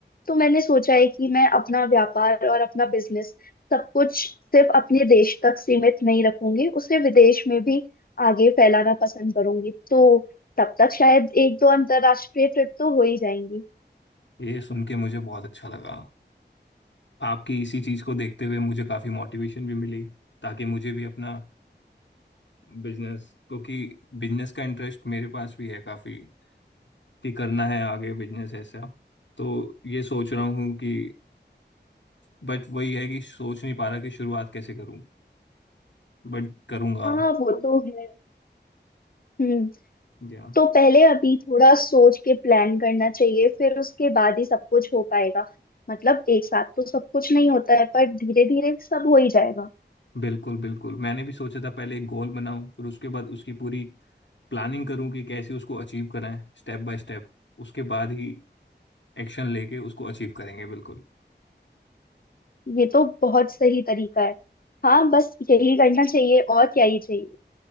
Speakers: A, on the left; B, on the left.
A: तो मैंने सोचा है कि मैं अपना व्यापार और अपना बिजनेस सब कुछ सिर्फ अपने देश तक सीमित नहीं रखूंगी उसे विदेश में भी आगे फैलाना पसंद करूंगी तो तब तक शायद एक दो अंतरराष्ट्रीय ट्रिप तो हो ही जाएंगी
B: ये सुन के मुझे बहुत अच्छा लगा आपकी इसी चीज को देखते हुए मुझे काफी मोटिवेशन भी मिली ताकि मुझे भी अपना बिजनेस क्योंकि बिजनेस का इंटरेस्ट मेरे पास भी है काफी कि करना है आगे बिजनेस ऐसा तो ये सोच रहा हूँ कि बट वही है कि सोच नहीं पा रहा कि शुरुआत कैसे करूं बट करूंगा
A: हाँ वो तो है हम्म
B: या
A: तो पहले अभी थोड़ा सोच के प्लान करना चाहिए फिर उसके बाद ही सब कुछ हो पाएगा मतलब एक साथ तो सब कुछ नहीं होता है पर धीरे धीरे सब हो ही जाएगा
B: बिल्कुल बिल्कुल मैंने भी सोचा था पहले एक गोल बनाऊं फिर उसके बाद उसकी पूरी प्लानिंग करूं कि कैसे उसको अचीव कराएं स्टेप बाय स्टेप उसके बाद ही एक्शन लेके उसको अचीव करेंगे बिल्कुल
A: ये तो बहुत सही तरीका है हाँ बस यही करना चाहिए और क्या ही चाहिए